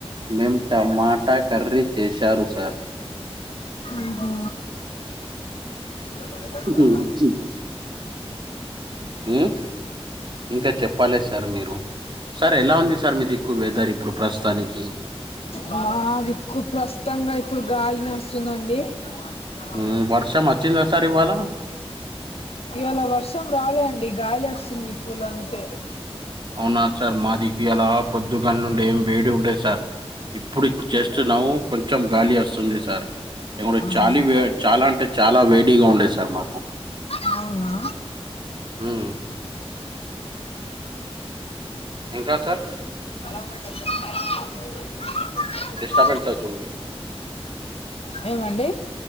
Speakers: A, on the right; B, on the left.
A: మేము టమాటా కర్రీ చేశారు సార్
B: ఆహా మా
A: ఉమ్
B: చాల
A: మ్మ్ ఇంకా చెప్పాలె స సార్ మీరు సార్ ఎలా ఉంది సార్ మీ దిక్కు వెదర్ ఇప్పుడు ప్రస్తుతానికి
B: మాదిక్కు ప్రస్తుతంగా ఇప్పుడు గాలి నడుస్తుందండి ఆ
A: ఉమ్ వర్షం వచ్చిందా సార్ ఇవాళ
B: ఇయాల వర్షం రాలే అండి గాలి వస్తుంది పుల్ అంతే
A: అవునా సార్ మాదికి అలా పొద్దుగన్న నుండే ఏం వేడి ఉండే సార్ ఇప్పుడు జస్ట్ నవ్వు కొంచెం గాలి వస్తుంది సార్ ఇ కూడా
B: ఆహా
A: చాలీ వే చాలా అంటే చాలా వేడిగా ఉండేది సార్ మాకు
B: అవునా
A: ఉమ్ ఇంకా సార్
B: ఆహా క కయి
A: కబడ్చచోరి
B: ఏమండి